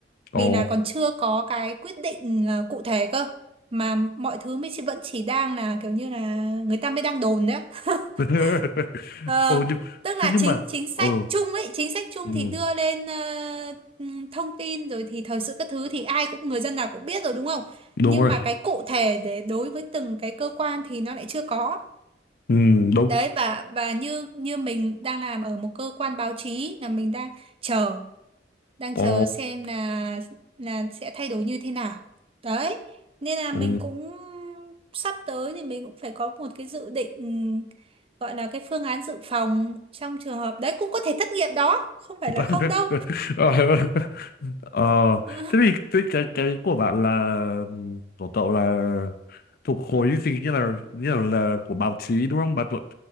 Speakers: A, on the left; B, on the right.
A: ồ.
B: vì là còn chưa có cái quyết định ờ, cụ thể cơ mà mọi thứ mới chỉ vẫn chỉ đang là kiểu như là người ta mới đang đồn đấy á. <laughs>
A: <laughs>
B: Ờ,
A: Ồ, nhưng,
B: tức
A: thế
B: là
A: nhưng
B: chính
A: mà,
B: chính
A: ừ,
B: sách chung ấy, chính sách chung
A: ừ,
B: thì đưa lên ờ, ừm, thông tin rồi thì thời sự các thứ thì ai cũng người dân nào cũng biết rồi đúng không?
A: đúng
B: Nhưng
A: rồi,
B: mà cái cụ thể để đối với từng cái cơ quan thì nó lại chưa có.
A: ừ, đúng.
B: Đấy và và như như mình đang làm ở một cơ quan báo chí là mình đang chờ đang
A: Ồ,
B: chờ xem là là sẽ thay đổi như thế nào đấy nên là
A: ừ.
B: mình cũng sắp tới thì mình cũng phải có một cái dự định gọi là cái phương án dự phòng trong trường hợp đấy cũng có thể thất nghiệp đó không phải
A: <laughs>
B: là không đâu
A: Ờ, Ờ,
B: Ờ,
A: thế thì cái cái cái của bạn là ừm, của cậu là thuộc khối gì như là như là, là của báo chí đúng không? Bạn thuộc